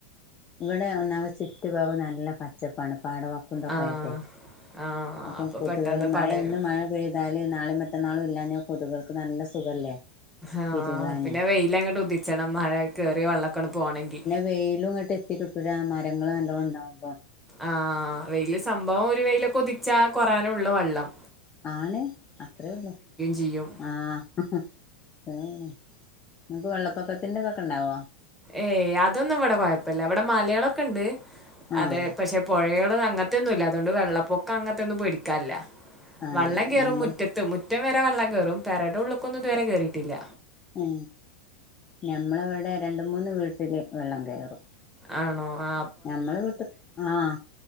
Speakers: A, on the left; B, in the centre.
A: ഇവടെ ഒന്നാമത് ചുറ്റു ഭാഗോ നല്ല പച്ചപ്പാണ്. പാടവ ക്കുണ്ടൊക്കായിട്ടെ
B: ആഹ് ആഹ്
A: അപ്പം
B: അപ്പൊ
A: കൊതുകേള്
B: പെട്ടെന്ന്
A: മഴ
B: പടരും
A: ഇന്ന് മഴ ണ്ട് പെയ്താല് നാളീം മറ്റന്നാളും ഇല്ലാ ഞ്ഞാ കൊതുകൾക്ക് നല്ല സുഖല്ലേ
B: ആഹ്
A: പെരുകാന്
B: പിന്നെ വെയ്ലങ്ങട്ട് ഉദിച്ചണം മഴ കേറിയ വെള്ളൊക്കാണ്ട് പോണെങ്കി
A: വെയ്ലുംങ്ങട്ട് എ ത്തി കിട്ടൂലാ മരങ്ങള് നല്ലോണം ഇണ്ടാവുമ്പോ
B: ആഹ് വെയ്ല് സംഭവം ഒരു വെയ്ലൊക്കെ ഉദിച്ചാ കൊറയാനൊള്ളു വള്ളം
A: ആണ് അത്രേ ഒള്ളു
B: ചെയ്യും
A: ആഹ് അത്രേ <unintelligible> നിങ്ങക്ക് വെള്ളപ്പൊക്കത്തിന്റെ ഇതൊക്കെ ഇണ്ടാവോ
B: ഏയ് അതൊന്നും ഇവിടെ കൊഴപ്പില്ല. ഇവിടെ മലകളൊക്കെ ഇണ്ട്
A: ആഹ്
B: അതെ പക്ഷെ പുഴകൾ അങ്ങനത്തെ മുറ്റൊന്നുല്ല അതുകൊണ്ട് വെള്ളപ്പൊക്കം അങ്ങനത്തെൊന്നും പേടിക്ക നില്ല.
A: ആഹ്
B: വെള്ളം കേറും
A: ഞമ്മൾ
B: മുറ്റത്ത് മു മുറ്റ വരെ വള്ളം കേറും. പരടെ ഉള്ളൊക്കൊന്നും ഇതുവരെ കയറിയിട്ടില്ല
A: ഉ ഞമ്മളവിടെ രണ്ട് മൂന്ന് വീട്ടിൽ വെള്ളം കയറും
B: ആണോ? ആ
A: ഞമ്മള് വിട്ട് ആഹ.